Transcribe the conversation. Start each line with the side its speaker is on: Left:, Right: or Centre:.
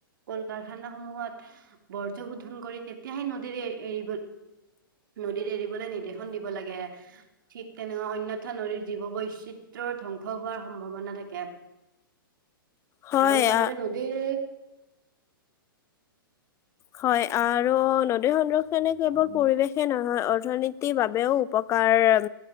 Right: কল কাৰখানা সমূহত বৰ্জ শোধন কৰি তেতিয়াহে নদীৰ এ এৰিব নদীৰত এৰিবলৈ নিৰ্দেশন দিব লাগে। ঠিক তেনেকা নঅন্যথা নদীৰ জীৱ বৈচিত্ৰয়ৰ ধ্বংস হোৱাৰ সম্ভাৱনা থাকে
Left: হয়
Right: আৰু চাবা
Left: আ-
Right: যে নদীৰ
Left: হয় আৰু নদী সংৰক্ষনে কেৱল পৰিৱেশে নহয় অৰ্থনীতিৰ বাবেও উপকাৰ